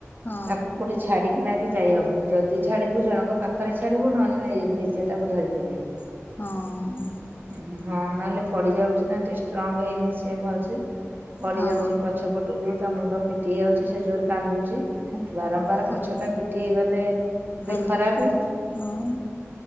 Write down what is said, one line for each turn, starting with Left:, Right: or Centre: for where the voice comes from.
Left: ହଁ
Right: ତାକୁ କୋଉଠି ଛାଡିକିନା ବି ଯାଇ ହବନି ଯଦି ଛାଡିବୁ ଜଣଙ୍କ ପାଖରେ ଛାଡିବୁ ନହେଲେ ନିଜେ ତାକୁ ଧରିକି ବୁଲିବୁ।
Left: ହଁଅ।
Right: ହଁ, ନହେଲେ ପଡିଯାଉଛିନା ଟିକେ ଷ୍ଟ୍ରଙ୍ଗ ହେଇନି ସେ ଭଲସେ। ପଡି
Left: ହଁ
Right: ଯାଉଛି ପଛପଟକୁ ତା ମୁଣ୍ଡ ପିଟି ହେଇଯାଉଛି ସେ ଯୋରେ କାନ୍ଦୁଚି ବାରମ୍ବାର
Left: ହଁ
Right: ପଛ ଟା ପିଟି ହେଇଗଲେ
Left: ଭଲ
Right: ବି ଖରାପେ।
Left: ନାହିଁ ହଁ।